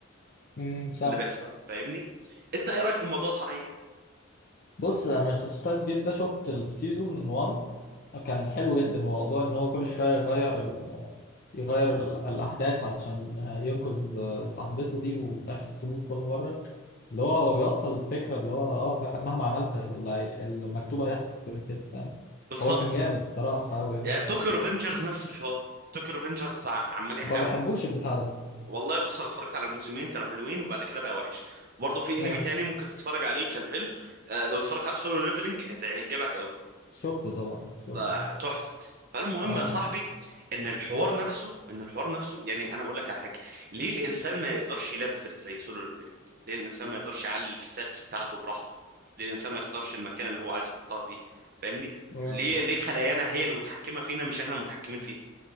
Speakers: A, on the left; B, on the right.
A: امم صح
B: اللي بيحصل فاهمني انت ايه رايك في الموضوع صحيح
A: بص انا ستايف جيت ده شفت السيزون 1 كان حلو جدا الموضوع ان هو كل شويه يغير ال... يغير ال... الاحداث عشان ينقذ صاحبته دي وفي الاخر تموت كل مره اللي هو هو بيوصل الفكره اللي هو اه مهما عملت اللي هي- المكتوب هيحصل كده كده فاهم
B: بالظبط
A: هو كان جامد الصراحه قوي يعني
B: يعني توكيو ريفنجرز نفس الحوار توكيو ريفنجرز عمال يحاول
A: ما بحبوش البتاع ده
B: والله بص انا اتفرجت على الموسمين كانوا حلوين وبعد كده بقى وحش وبرضه في
A: اه
B: انمي تاني ممكن تتفرج عليه كان حلو آه لو اتفرجت على سولو ليفلنج هت- هيعجبك قوي
A: شفته طبعا شفته.
B: ده تحفه فالمهم
A: اه
B: يا صاحبي ان الحوار نفسه ان الحوار نفسه يعني انا اقول لك على حاجه ليه الانسان ما يقدرش يلفل زي سولو ليفلنج ليه الانسان ما يقدرش يعلي الستاتس بتاعته براحته ليه الانسان ما يختارش المكان اللي هو عايز يحطها فيه فاهمني
A: آه.
B: ليه ليه خلايانا هي المتحكمه فينا مش احنا المتحكمين فيها